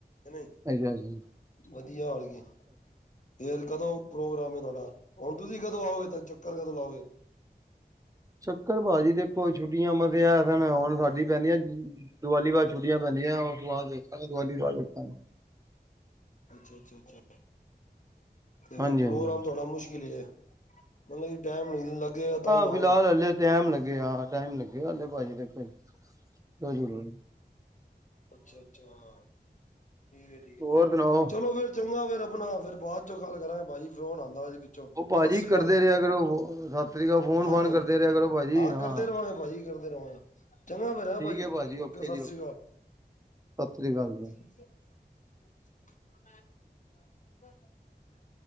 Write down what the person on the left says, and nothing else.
ਨਹੀਂ
ਵਧੀਆ ਹੋਰ ਕੀ, ਫੇਰ ਕਦੋਂ ਪ੍ਰੋਗਰਾਮ ਹੈ ਤੁਆਡਾ ਹੁਣ ਤੁਸੀਂ ਕਦੋਂ ਆਓਗੇ ਤਾਂ ਚੱਕਰ ਕਦੋਂ ਲਾਓਗੇ।
ਅੱਛਾ, ਅੱਛਾ, ਅੱਛਾ ਤੇ
ਫਿਰ ਪ੍ਰੋਗਰਾਮ
ਤੁਆਡਾ ਮੁਸ਼ਕਿਲ ਈ ਐ ਮਤਲਬ ਜੇ ਟਾਈਮ ਨਹੀ ਲੱਗੇਗਾ ਤਾਂ ਨੀ ਆਓਗੇ।
ਅੱਛਾ-ਅੱਛਾ ਠੀਕ ਐ ਠੀਕ
ਚਲੋ ਫੇਰ ਚੰਗਾ ਫੇਰ ਆਪਣਾ ਫੇਰ ਬਾਅਦ ਆਪਾ ਬਾਅਦ ਚ ਗੱਲ ਕਰਾਂਗੇ, ਭਾਜੀ ਪਿੱਛੋਂ ਫੋਨ ਆਉਂਦਾ ਜੀ
ਸਸ ਸ੍ਰੀ
ਅਕਾਲ
ਹਾਂਜੀ-ਹਾਂਜੀ
ਹਾ
ਕਰਦੇ ਰਹਾਂਗੇ, ਭਾਜੀ ਕਰਦੇ ਰਵਾਂਗੇ। ਚੰਗਾ ਫੇਰ
ਭਾਜੀ
ਓ
ਕੇ ਸਤਿ
ਸ੍ਰੀ
ਅਕਾਲ।
<unintelligible>